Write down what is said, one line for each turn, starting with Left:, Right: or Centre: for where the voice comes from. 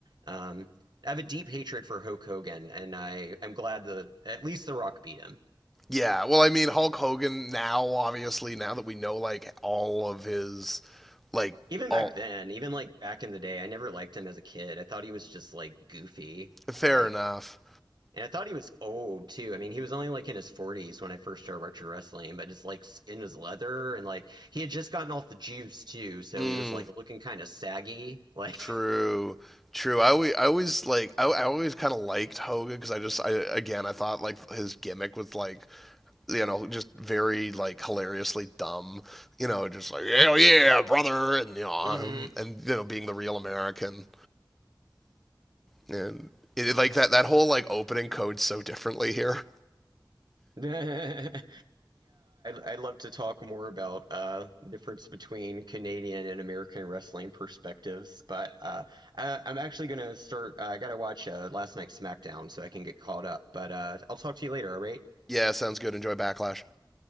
Right: Um, I have a deep hatred for Hulk Hogan, and I am glad that at least The Rock beat him.
Centre: yeah. Well, I mean Hulk Hogan now, obviously now that we know like all of his, like
Right: Even
Centre: all
Right: back then, even like back in the day, I never liked him as a kid. I thought he was just like goofy.
Centre: fair
Right: Like
Centre: enough.
Right: And I thought he was old too. I mean, he was only like in his 40s when I first started retro wrestling, but his like skin was leather and like he had just gotten off the juice too, so
Centre: Mm.
Right: he was like looking kind of saggy. Like,
Centre: True. True. I always, I always like I, I always kind of liked Hogan because I just I again I thought like his gimmick was like you know just very like hilariously dumb you know just like hell yeah brother and you know um,
Right: <laughs> yeah,
Centre: and you know being the real American and it, like that that whole like opening codes so differently here.
Right: I, I'd love to talk more about uh, the difference between Canadian and American wrestling perspectives, but uh, I, I'm actually gonna start. Uh, I gotta watch uh, last night's SmackDown so I can get caught up, but uh, I'll talk to you later. All right,
Centre: Yeah, sounds good. Enjoy Backlash.